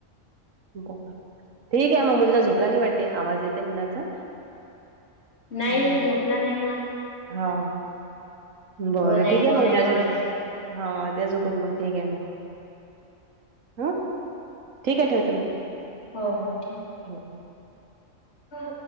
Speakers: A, on the right; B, on the left.
A: ब ठीक आहे मग मुलगा झोपला नाही वाटते आवाज येते मुलाचा
B: नाही
A: हा
B: झोपला नाही ना
A: हा बरं
B: कोण
A: ठीक
B: कोण
A: आहे मग दचत
B: करत आहे
A: हा त्याचो पण मग ठीक आहे मग हां ठीक आहे ठेवतें मग
B: हो हो ठीक आहे
A: ह हम
B: हो